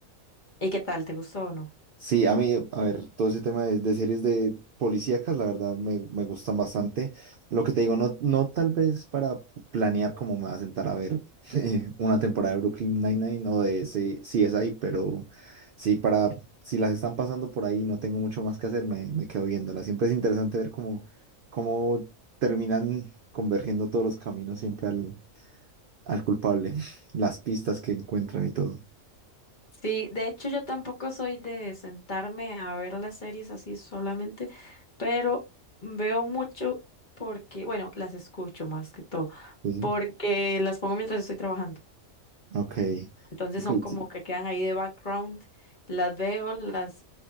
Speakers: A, on the left (about 35°); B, on the right (about 65°).
A: ¿Y qué tal? ¿Te gustó o no?
B: Sí, a mí, a ver, todo ese tema de, de series de policíacas, la verdad me, me gustan bastante. Lo que te digo, no, no tal vez para planear cómo me va a sentar a ver <laughs> eh, una temporada de Brooklyn Nine-Nine o de ese CSI, pero sí, para, si las están pasando por ahí y no tengo mucho más que hacer, me, me quedo viéndolas. Siempre es interesante ver cómo, cómo terminan convergiendo todos los caminos siempre al, al culpable, <laughs> las pistas que encuentran y todo.
A: Sí, de hecho yo tampoco soy de sentarme a ver las series así solamente, pero veo mucho porque, bueno, las escucho más que todo,
B: Sí,
A: porque las pongo mientras estoy trabajando.
B: ok.
A: Entonces
B: Ok,
A: son como
B: sí,
A: que quedan ahí de background, las veo, las,